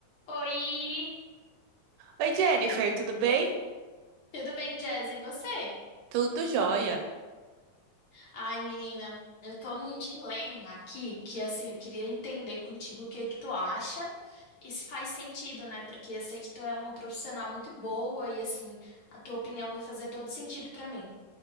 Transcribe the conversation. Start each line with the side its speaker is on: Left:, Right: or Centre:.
Left: Oi,
Right: Oi, Jennifer, tudo bem?
Left: tudo bem, Jazz? E você?
Right: Tudo jóia.
Left: Ai, menina, eu tô num dilema aqui que, assim, eu queria entender contigo o que que tu acha e se faz sentido, né? Porque eu sei que tu é uma profissional muito boa e, assim, a tua opinião vai fazer todo sentido pra mim.